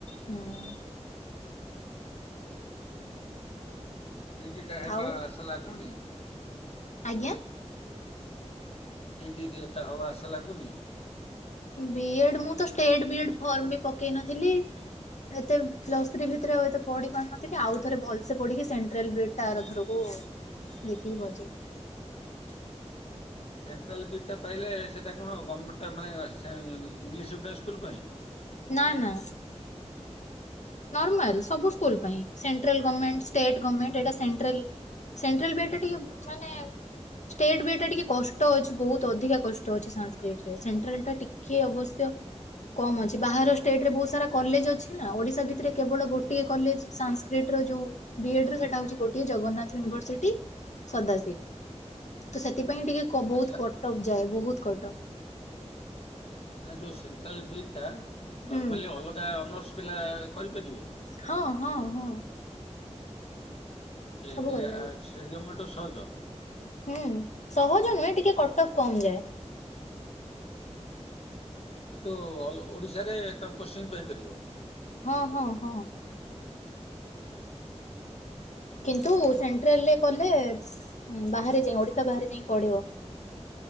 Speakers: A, on the left; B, on the left.
A: ହୁଁ।
B: ଏଇଜିଟା ହେବା
A: ଆଉ
B: ଆଶା ଲାଗୁନି?
A: ଆଜ୍ଞା
B: ଇଡି ଏଟା ହବା ଆଶା ଲାଗୁନି?
A: ବିଏଢ଼େ ମୁଁ ତ ଷ୍ଟେଡ଼େ ବିଏଡ଼େ ଫର୍ମ ବି ପକେଇ ନଥିଲି ଏତ ପ୍ଲସ୍ ଥ୍ରି ଭତରେ ଏ ପଢି ପାରୁନଥିଲି ଆଉ ଥରେ ଭଲସ ପଢି କି ସେଣ୍ଟ୍ରାଲ ବିଟା୍ ଆରଥରକୁ ଦେଖିକି ବଜେଇବି।
B: ସେଣ୍ଟ୍ରାଲ ବି ଟା ପାଇଲେ ସେଇଟା କଣ ଗର୍ଣମେଣ୍ଟ ମାନେ ଇଂଲିଶ ମିଡିମ୍ ସ୍କୁଲ ପାଇଁ।
A: ନା ନା। ନର୍ମାଲ ସବୁ ସ୍କୁଲ ପାଇଁ ସେଣ୍ଟ୍ରାଲଣମେଣ୍ଟ ଷ୍ଟେଡ଼େ ଗମେଣ୍ଟ ଏଟ ସେଣ୍ଟ୍ରାଲ ସେଣ୍ଟ୍ରାଲଟା ଟିକେ ମାନେ ଷ୍ଟେଟ ବିଟା ଟିକେ କଷ୍ଟ ଅଛି ବହୁତ ଅଧିକା କଷ୍ଟ ଅଛି ସାସ୍ର୍କିଡ଼ି ସେଣ୍ଟ୍ରାଲ ଟା ଟିକେ ଅବଶ୍ୟ କମ ଅଛି ବାହାର ଷ୍ଟେଟରେ ବହୁତ ସାରା କଲେଜ ଅଛି ନା ଓଡିଶା ଭିତରେ ବ ଗୋଟିଏ କଲେଜ୍ ସାସ୍କ୍ରିଡି ର ଯୋଉ ବି ଏଡ଼େ ସେଟା ହୋଉଚି ଗୋଟିଏ ଜଗନ୍ନାଥ ୟୁନିଭର୍ସ ଟି ସଦାସିବି ତ ସେଟି ପାଇଁ ଟିକେ ବହୁତ୍
B: ଆଚ୍ଛା
A: କଟକ ଯାଏ ବହୁତ୍ କଟକ
B: ନା ଯୋଉ ସେଣ୍ଟ୍ରଲ ବିଟ୍ ଟା ନର୍ମାଲି
A: ହୁଁ
B: ଅଲଗା ଅନର୍ସ ପିଲା କରିପାରିବେ।
A: ହଁ ହଁ ହଁ।
B: ଏଟିଆ
A: ସବୁ କରିପାରିବେ
B: ଆର୍ସ ଷ୍ଟେଡ଼େ କମେଣ୍ଟ ସହଜ
A: ହୁଁ ସହଜ ନୁହେଁ ଟିକେ କଟକ କମ ଯାଏ।
B: <inaudible> କିନ୍ତୁ ଓଡିଶାରେ ତମେ ପୋଷ୍ଟିଙ୍ଗ ପାଇପାରିବ।
A: ହଁ ହଁ ହଁ
B: ଓଡ଼ିଶାରେ
A: କିନ୍ତୁ
B: ହଉ
A: ସେଣ୍ଟ୍ରାଲରେ କଲେ ହଁ ବାହାରେ ଯାଇ ଓଡିଶା ବାହାରେ ଯାଇ ପଡ଼ିବ।